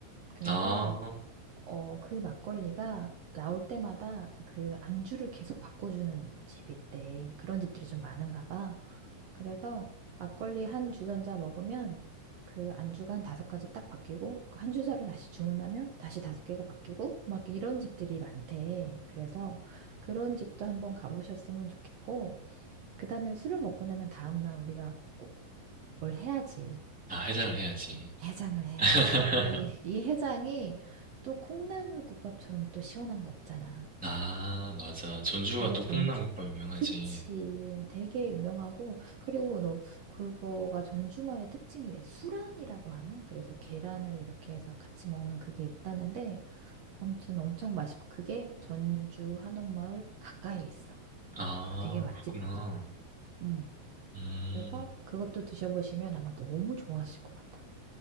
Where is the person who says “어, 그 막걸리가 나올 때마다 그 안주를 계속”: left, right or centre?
Right